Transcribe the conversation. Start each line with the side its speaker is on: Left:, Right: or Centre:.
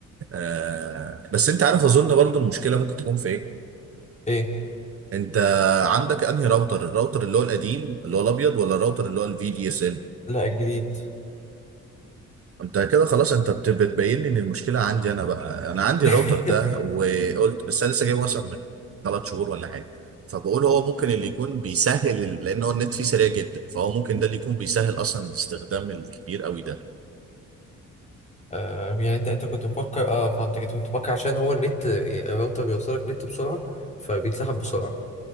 Right: آه بس انت عارف اظن برضو المشكله ممكن تكون في ايه
Left: ايه
Right: انت عندك انهي راوتر الراوتر اللي هو القديم اللي هو الابيض ولا الراوتر اللي هو الفي دي اس
Left: لا الجديد
Right: انت كده خلاص انت بت- بتبين لي ان المشكله عندي انا بقى انا عندي
Left: <laughs>
Right: الراوتر ده وقلت بس انا لسه جايبه مثلا من ثلاث شهور ولا حاجه فبقول هو ممكن اللي يكون بيسهل ال- لان هو النت فيه سريع جدا فهو ممكن ده اللي يكون بيسهل اصلا الاستخدام الكبير قوي ده
Left: آه يعني انت انت كنت مفكر اه فهمتك انت كنت مفكر عشان هو النت الراوتر بيوصلك نت بسرعة فبيتسحب بسرعة